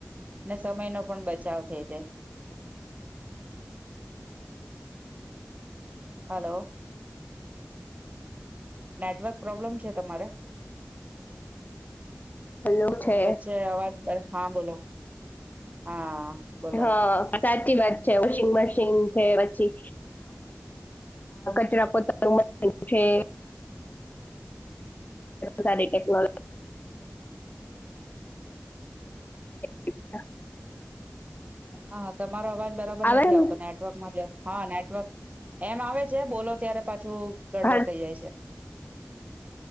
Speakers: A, on the right (about 30°); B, on the left (about 35°).
A: ને સમયનો પણ બચાવ. થેય જાય. હલો. નેટવર્ક. પ્રોબ્લેમ છે તમારે?
B: હેલો છે
A: વચ્ચે અવાજ હા બોલો હા બોલો.
B: હા સાચી વાત છે. વોશિંગ મશીન છે. પછી કચરા પોતાનું મશીન છે. સારી ટેકનો <unintelligible>
A: હા તમારો અવાજ બરાબર
B: આવે
A: નથી આવતો
B: ને
A: નેટવર્કમાં જ હાને. એમ આવે છે બોલો ત્યારે પાછ છ ગડબડ
B: હા
A: થઈ જાય છે.